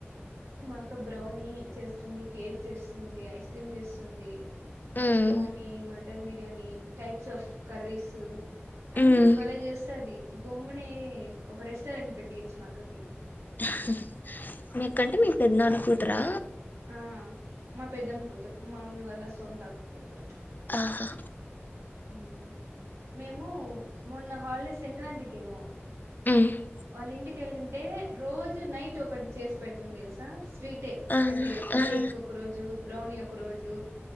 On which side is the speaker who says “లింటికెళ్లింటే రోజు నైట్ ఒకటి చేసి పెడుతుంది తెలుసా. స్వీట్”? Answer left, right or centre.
Right